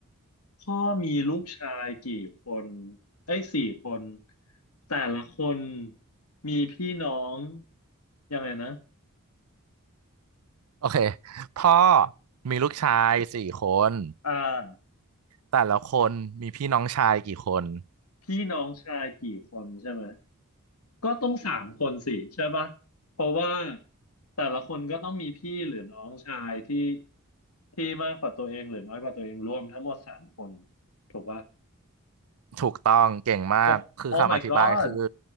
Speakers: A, on the left; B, on the right.
A: พ่อมีลูกชายกี่คนเอ้ยสี่คนแต่ละคนมีพี่น้องยังไงนะ
B: โอเคพ่อมีลูกชายสี่คน
A: อ่า
B: แต่ละคนมีพี่น้องชายกี่คน
A: พี่น้องชายกี่คนใช่ไหมก็ต้องสามคนสิใช่ปะเพราะว่าแต่ละคนก็ต้องมีพี่หรือน้องชายที่ที่มากกว่าตัวเองหรือน้อยกว่าตัวเองรวมทั้งหมดสามคนถูกปะ
B: ถูกต้องเก่งมากคือคำอธิบายคือ
A: โอ้ Oh my god